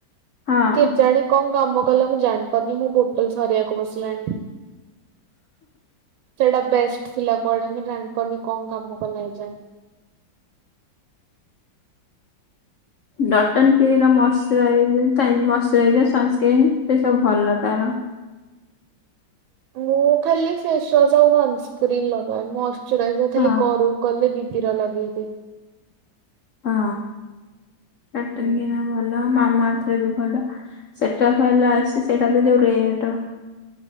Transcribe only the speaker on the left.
ହଁ।
ଡଟନ କ୍ଲିନ୍ ର ମସରାଇଜର ସନ ସ୍କ୍ରୀନ୍ ସେ ସବୁ ଭଲ ତାର।
ହଁ
ହଁ <unintelligible>
ଭଲ ମାମା ଅର୍ଥ ଟା ବି ଭଲ ସେଟା ଭଲ ଆସି ସେଇଟା ତ ଯୋଉ ରେଟ।